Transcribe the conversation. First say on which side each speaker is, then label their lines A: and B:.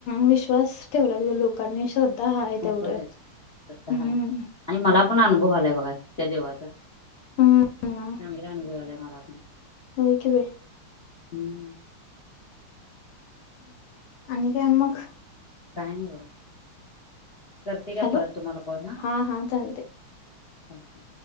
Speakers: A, on the left; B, on the left.
A: विश्वास ठेवला त लोकांनी श्रद्धा हा आहे तेवढं
B: होय
A: हम्म
B: श्रद्धा हाय. आणि मला पण अनुभव आलाय बघा त्या देवाचा
A: हम्म
B: चांगला अनुभवलाय मला पण
A: होऐ कवे
B: हम्म
A: आणि काय मग
B: काय नाही बघ करते का
A: हॅलो
B: परत तुम्हाला कॉल
A: हा हा चालतय.
B: ह <unintelligible>